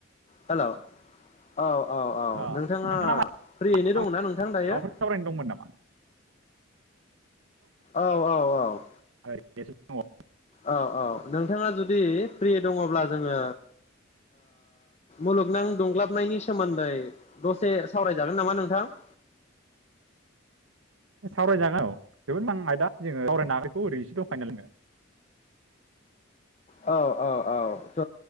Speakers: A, on the left (about 35°); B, on the right (about 75°).
A: हेल' औ औ
B: अ
A: औ नोंथाङा
B: मा-
A: फ्रियैनो
B: आं
A: दंना नोंथां
B: माबाफोर
A: दायो?
B: सावरायनो दंमोन नामा
A: औ औ औ
B: बेसे <unintelligible>
A: औ औ नोंथाङा जुदि फ्रि दङब्ला जोङो मुलुगनां दुंग्लाबनायनि सोमोन्दै दसे सावरायजागोन नामा नोंथां?
B: सावरायजागोन औ जोबोद मां <unintelligible> आयदा जोङो सावरायना ह <unintelligible> बेखौ ओरैसो दंखायनो ङो
A: औ औ औ त'